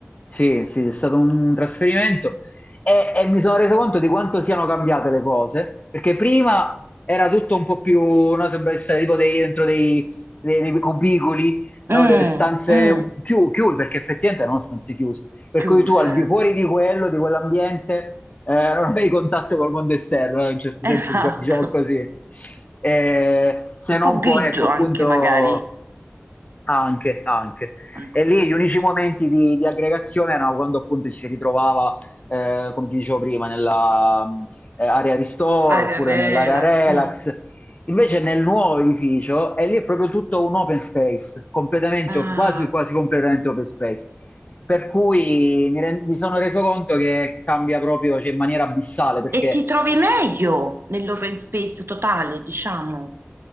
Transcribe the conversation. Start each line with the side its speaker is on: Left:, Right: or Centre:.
Left: Sì, sì, è stato un trasferimento e, e mi sono reso conto di quanto siano cambiate le cose, perché prima era tutto un po' più, no, sembra essere tipo dei- dentro dei, dei- dei cubicoli, no,
Right: Mm,
Left: delle stanze
Right: mm,
Left: chiu- chiuse, perché effettivamente erano stanze chiuse, per
Right: chiuse.
Left: cui tu al di fuori di quello, di quell'ambiente, eh, non avevi contatto col mondo esterno, eh, in un certo senso,
Right: Esatto.
Left: diciamo, diciamo così. Eh, se
Right: Un
Left: non
Right: po' grigio
Left: poi, ecco,
Right: anche,
Left: appunto
Right: magari. Anche
Left: anche, anche.
Right: un
Left: E
Right: po'
Left: lì
Right: grigio.
Left: gli unici momenti di, di aggregazione erano quando appunto ci si ritrovava, eh, come ti dicevo prima, nella mh, eh, area ristoro
Right: Aria
Left: oppure
Right: relax.
Left: nell'area relax.
Right: mm.
Left: Invece nel nuovo edificio, e lì è proprio tutto un open space, completamente,
Right: Ah,
Left: op- quasi, quasi completamente open space. Per cui mi, ren- mi sono reso conto che cambia proprio, cioè, in maniera abissale, perché
Right: E ti trovi meglio nell'open space totale, diciamo.